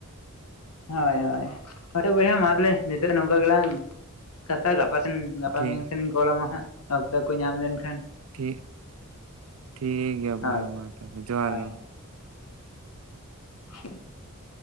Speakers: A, on the left; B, on the right.
A: ᱦᱳᱭ ᱦᱳᱭ ᱟᱨᱮ ᱵᱚᱭᱦᱟ ᱢᱟ ᱛᱟᱦᱚᱞᱮ ᱱᱤᱛᱚᱜ ᱱᱚᱝᱠᱟ ᱜᱮᱞᱟᱝ ᱠᱟᱛᱷᱟ ᱜᱟᱯᱟ ᱥᱮᱱ ᱜᱟᱯᱟ
B: ᱴᱷᱤᱠ
A: ᱢᱮᱭᱟᱝ ᱥᱮᱱᱤᱧ ᱠᱚᱞᱟ ᱢᱟ ᱦᱟᱸᱜ, ᱚᱠᱛᱚ ᱠᱚ ᱧᱟᱢ ᱞᱮᱱᱠᱷᱟᱱ᱾
B: ᱴᱷᱤᱠ ᱴᱷᱤᱠ ᱜᱮᱭᱟ
A: ᱦᱳᱭ
B: ᱵᱚᱭᱦᱟ ᱢᱟ ᱛᱟᱦᱚᱞᱮ ᱡᱚᱦᱟᱨ
A: ᱦᱳᱭ
B: ᱜᱮ᱾
A: <inaudible>